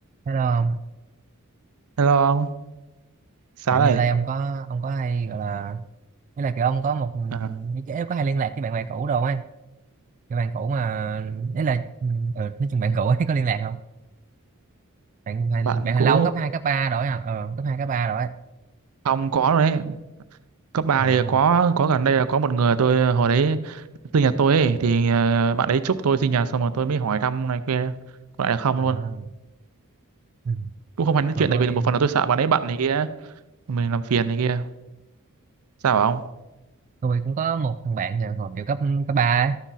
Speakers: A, on the right; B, on the right.
A: Hello ông,
B: Hello ông, sao
A: kiểu
B: đây?
A: giờ đây ông có ông có hay gọi là nghĩa là kiểu ông có một
B: À,
A: ý là có hay liên lạc với bạn bè cũ đâu ấy, cái bạn cũ mà ý là ừ, nói chung bạn cũ ấy <laughs> có liên lạc không? Bạn hay-
B: bạn
A: bạn hồi
B: cũ
A: lâu cấp 2 cấp 3 rồi à, ờ, cấp 2 cấp 3 rồi ấy.
B: ông có rồi đấy. Cấp 3
A: Ờ,
B: thì
A: không?
B: có có gần đây là có một người tôi hồi đấy sinh nhật tôi ấy thì ờ, bạn ấy chúc tôi sinh nhật xong rồi tôi mới hỏi thăm này kia có lại là không
A: Đó.
B: luôn.
A: Ừ.
B: Cũng không hay nói
A: Còn
B: chuyện
A: tôi
B: tại vì một phần là tôi sợ bạn ấy bận này kia, mình làm phiền này kia. Sao bảo ông?
A: tôi cũng có một thằng bạn thì hồi kiểu cấp cấp ba ấy.